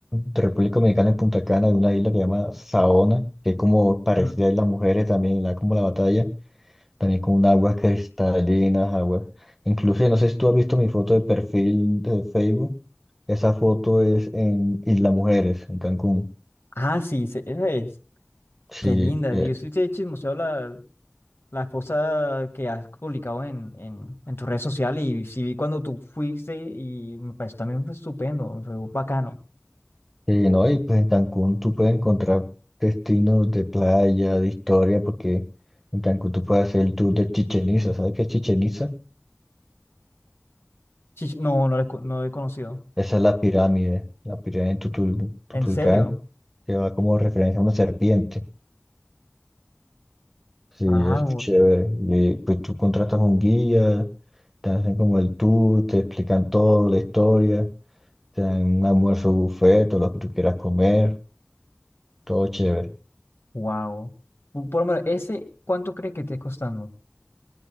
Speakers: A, in the centre; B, on the left.
A: República Dominicana, en Punta Cana, hay una isla que se llama Saona, que es como parecida
B: Ujú.
A: a Isla Mujeres también, la, como la batalla. también con un aguas cristalinas, aguas. Incluso, no sé si tú has visto mi foto de perfil de Facebook. Esa foto es en Isla Mujeres, en Cancún.
B: Ah, sí, se- esa es.
A: Sí,
B: Qué linda.
A: eh,
B: Sí, Yo sí te he chismoseado la, la cosa que has publicado en, en, en tus redes sociales y sí vi cuando tú fuiste y me pareció también fue estupendo, me fue bacano.
A: sí, no, y pues en Cancún tú puedes encontrar destinos de playa, de historia, porque en Cancún tú puedes hacer el tour de Chichen Itza. ¿Sabes qué es Chichen Itza?
B: Sí, no, no lo, he co- no lo he conocido.
A: Esa es la pirámide, la pirámide de Tutul- Tutulcán,
B: ¿En serio?
A: que va como referencia a una serpiente. Sí,
B: Ah,
A: es chévere. Y pues tú contratas un guía, te hacen como el tour, te explican todo, la historia, te dan un almuerzo buffet, todo lo que tú quieras comer, todo chévere.
B: wow. Por lo menos, ese, ¿cuánto crees que te esté costando?